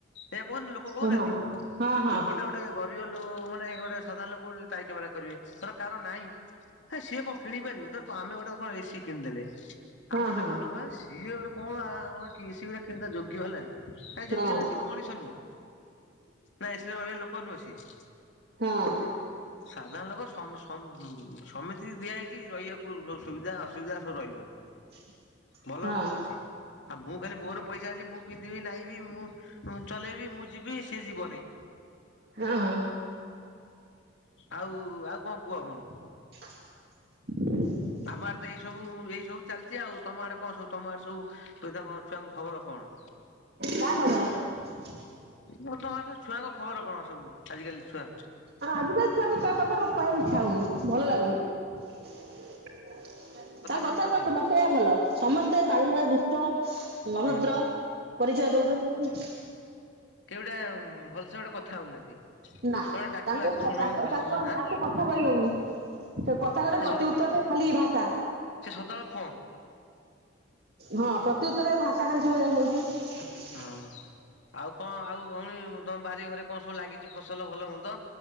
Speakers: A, on the left (about 65°); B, on the right (about 55°).
A: ଏଇୟା କହୁନ ଲୋକ କହୁନାହାନ୍ତି
B: ହଁ ହଁ ହଁ
A: ଲୋକଟେ ଗୋଟେ ଗରିବ ଲୋ ମାନେ ଗୋଟେ ସାଧାରଣ ଲୋକକୁ ଟାହୀ ଟାପରା କରିବେ। ଧର କାର ନାହିଁ ହେ ସିଏ କଣ କିଣିପାରିବ ତ ତ ଆମେ ଗୋଟେ କଣ ଏସିି କିଣିଦେଲେ।
B: ହଁ
A: ଆମ
B: ହଁ
A: ଲେବୁଲ ଲୋକ ସିଏ ଗୋଟେ କଣ କି ସ ଗଡା କିଣ ଯୋଗ୍ୟ ହେଲାଣି। ନାଇ ଜଗିଗଲାଣି
B: ହଁ
A: ସ କଣ ମଣିଷ ନୁହଁ ନାଇଁ ସେ ରହିବା ଲୋକ ନୁହଁ ସିଏ।
B: ହଁ।
A: ସାଧାରଣ ଲୋକ ସମ ସମିତି ଦିଆ ହେଇଛି ରହିବାକୁ ସବୁ ସୁବିଧା ଅସୁବିଧା ସବୁ ରହିବ।
B: <unintelligible>
A: ଭଲ
B: ହଁ
A: ମୋତେ ଅଛି ଆଉ ମୁଁ ଖାଲି ମୋର ପଇସା ଅଛି ମୁଁ ପିନ୍ଧିବି ନହିଁବି ମୁଁ। ମୁଁ ଚଲେଇବି ମୁଁ ଯିବି ସିଏ ଯିବନାହିଁ।
B: ହଁ।
A: ଆଉ ଆଉ କଣ? କୁଆଡୁ।
B: ହ। <unintelligible>
A: ଆମଆଡ଼େ ତ ଏଇ ସବୁ ଏଇ ସବୁ ଚାଲିଛି। ଚି ଆଉ ତମ ଆଡେ କଣ ସବୁ ତମ ଆଡେ ସବୁ ତାଙ୍କ ଛୁଆଙ୍କ ଖବର କଣ।
B: ତା <unintelligible>
A: ମୁଁ ତମର ଛୁଆଙ୍କ ଖବର କଣ ସବୁ ଆଜିିକାଲି ଛୁଆ।
B: ଆ ଆଜିିକା ଛୁଆକୁ କଥା ମତେ କହିବାକୁ ଇଚ୍ଛା ହଉନି ଭଲ ଲାଗୁନି। ତାଙ୍କ
A: ମାନୁନାହାନ୍ତି
B: କଥା ନକହିବା
A: ଆଉ।
B: ଭଲ ସମସ୍ତେ ବାଳୁଙ୍ଗା ଦୁଷ୍ଟ। ଅଭଦ୍ର
A: ହଁ
B: ପରିଚୟ ଦଉଛନ୍ତି।
A: ଯୋଉଟା ଭଲସେ ଗୋଟେ କଥା। ହଉନାହାନ୍ତି।
B: ନା
A: ତମେ ଡାକିବ
B: ତାଙ୍କୁ
A: ଆସ ଶୁଣ
B: ତାଙ୍କୁ
A: ଭଲ ମନ୍ଦ ଆଁ
B: କଥା କହି ହଉନି। ସେ କଥା କରେ
A: ସେ
B: ପ୍ରତି ଉତ୍ତରରେ ଖାଲି ଭାଷା।
A: ସେ ସଦାବେଳେ ଫଁ।
B: ହଁ ପ୍ରତି ଉତ୍ତରରେ ଭାଷା ଖାଲି ଶୁଣିଆକୁ ପଡୁଛି।
A: ହଁ ଆଉ କଣ ଆଉ ଭଉଣୀ, ତମ ବାରିଘରେ କଣ ସବୁ ଲାଗିଛି ଫସଲ ଭଲ ମନ୍ଦ?